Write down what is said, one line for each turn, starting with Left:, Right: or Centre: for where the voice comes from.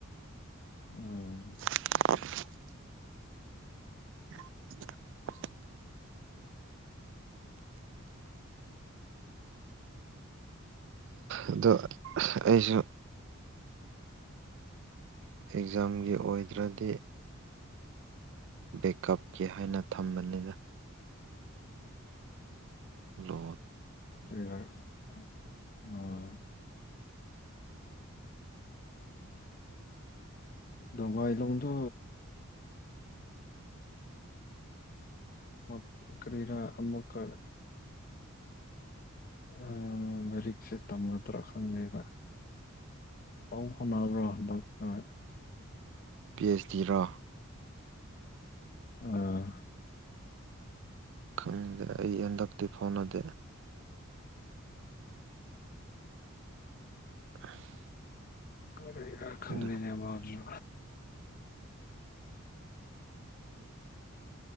Left: ꯎꯝ
Right: <unintelligible> <unintelligible> ꯑꯗꯣ ꯑꯩꯖꯨ ꯑꯦꯛꯖꯥꯝꯒꯤ ꯑꯣꯏꯗ꯭ꯔꯗꯤ ꯕꯦꯛꯀꯞꯀꯤ ꯍꯥꯏꯅ ꯊꯝꯕꯅꯤꯗ ꯂꯣꯠ
Left: <unintelligible> ꯗ‌ꯣꯡꯒꯥꯏꯂꯣꯡꯗꯣ ꯃꯛ ꯀꯔꯤꯔꯥ ꯑꯃꯨꯛꯀ ꯎꯝ ꯂꯥꯏꯔꯤꯛꯁꯦ ꯇꯝꯒꯗ꯭ꯔꯥ ꯈꯪꯗꯦꯕ ꯄꯥꯎ ꯐꯥꯎꯅꯕ꯭ꯔꯣ ꯕꯛ ꯍꯣꯏ
Right: ꯄꯤ ꯑꯦꯁ ꯗꯤꯔꯣ
Left: ꯑꯥ
Right: ꯈꯪꯗꯦ ꯑꯩ ꯍꯟꯗꯛꯇꯤ ꯐꯥꯎꯅꯗꯦ <unintelligible>
Left: ꯀꯔꯤꯔ ꯈꯪꯗꯦꯅꯦ
Right: ꯑꯗꯨ
Left: ꯃꯥꯖꯨ